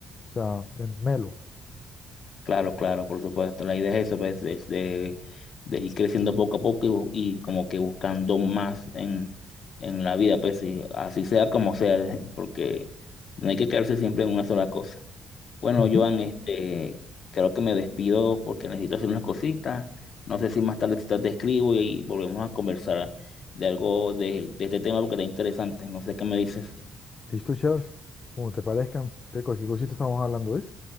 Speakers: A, on the left; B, on the left.
A: O sea, es melo.
B: Claro, claro, por supuesto. La idea es eso, pues, es de, de ir creciendo poco a poco y, bu- y como que buscando más en, en la vida, pues, y así sea como sea, <laughs> porque no hay que quedarse siempre en una sola cosa. Bueno,
A: Ujú.
B: Joan, este, creo que me despido porque necesito hacer unas cositas. No sé si más tarde si te te escribo y volvemos a conversar de algo de, de este tema porque está interesante. No sé qué me dices.
A: Listo, Charles. Como te parezcan, de cualquier cosita estamos hablando, ¿es?